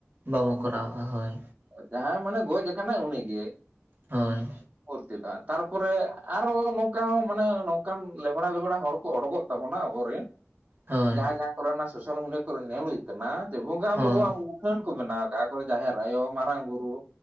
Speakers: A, on the right; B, on the right.
A: ᱵᱟᱵᱚ ᱠᱚᱨᱟᱣᱟᱜ-ᱟ ᱦᱳᱭ᱾
B: ᱡᱟᱦᱟᱸᱭ ᱢᱟᱱᱮ ᱜᱚᱡ ᱟᱠᱟᱱᱟᱭ ᱩᱱᱤ ᱜᱮ᱾
A: ᱦᱳᱭ᱾
B: <unintelligible> ᱛᱟᱨ ᱯᱚᱨᱮ ᱟᱨᱦᱚ ᱱᱚᱝᱠᱟ ᱦᱚᱸ ᱢᱟᱱᱮ ᱱᱚᱝᱠᱟᱱ ᱞᱮᱸᱵᱲᱟ ᱞᱮᱸᱵᱲᱟ ᱦᱚᱲ ᱠᱚ ᱚᱰᱳᱠᱚᱜ᱾ ᱛᱟᱵᱚᱱᱟ ᱟᱵᱚ ᱨᱮᱱ᱾
A: ᱦᱳᱭ
B: ᱡᱟᱦᱟᱸ ᱡᱟᱦᱟᱸ ᱠᱚᱨᱮ ᱚᱱᱟ ᱥᱳᱥᱟᱞ ᱢᱤᱰᱤᱭᱟ ᱠᱚᱨᱮ ᱧᱮᱞ ᱦᱩᱭᱩᱜ ᱠᱟᱱᱟ ᱡᱮ ᱵᱚᱸᱜᱟ ᱵᱩᱨᱩᱣᱟᱜ
A: ᱦᱳᱭ
B: ᱢᱩ᱾ ᱢᱩᱴᱷᱟᱹᱱ ᱠᱚ ᱵᱮᱱᱟᱣ ᱠᱟᱜ-ᱟ ᱟᱠᱚ ᱡᱟᱦᱮᱨ ᱟᱭᱳ ᱢᱟᱨᱟᱝ ᱵᱩᱨᱩ᱾